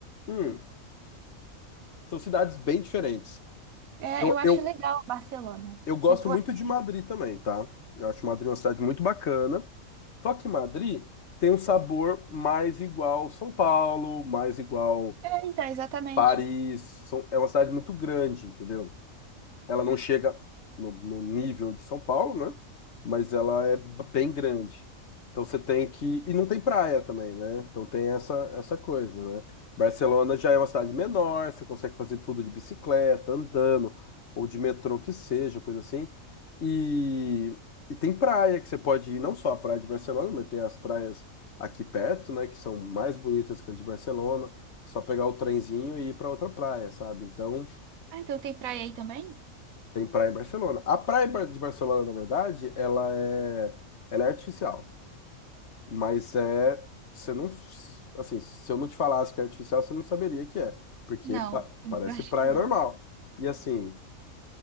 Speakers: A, on the left (about 55°); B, on the right (about 80°).
A: Hum, são cidades bem diferentes.
B: É,
A: Eu,
B: eu acho
A: eu,
B: legal Barcelona.
A: eu gosto
B: Se fosse...
A: muito de Madrid também, tá? Eu acho Madrid uma cidade muito bacana. Só que Madrid tem um sabor mais igual São Paulo, mais igual
B: É, então, exatamente.
A: Paris. São- é uma cidade muito grande, entendeu? Ela não chega no, no nível de São Paulo, né? Mas ela é b- bem grande. Então você tem que. E não tem praia também, né? Então tem essa, essa coisa, né? Barcelona já é uma cidade menor, você consegue fazer tudo de bicicleta, andando, ou de metrô que seja, coisa assim. E, e tem praia que você pode ir, não só a praia de Barcelona, mas tem as praias aqui perto, né? Que são mais bonitas que as de Barcelona. É Só pegar o trenzinho e ir para outra praia, sabe? Então.
B: Ah, então tem praia aí também?
A: Tem praia em Barcelona. A praia em Bar- de Barcelona, na verdade, ela é, ela é artificial. Mas é. Você não. Assim, se eu não te falasse que é artificial, você não saberia que é. Porque
B: Não,
A: pa-
B: <laughs>
A: parece
B: eu acho
A: praia
B: que não.
A: normal. E assim,